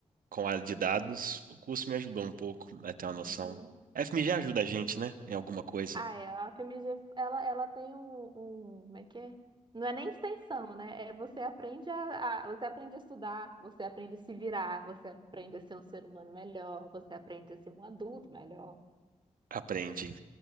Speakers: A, on the right; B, on the right.
A: com área de dados. O curso me ajudou um pouco a ter uma noção.
B: Uhum.
A: A FMG ajuda a gente, né? Em alguma coisa.
B: Ah, é, a FMG, ela, ela tem um, um, como é que é? Não é nem extensão, né? É você aprende a, a- você aprende a estudar, você aprende a se virar, você aprende a ser um ser humano melhor, você aprende a ser um adulto melhor.
A: Aprende.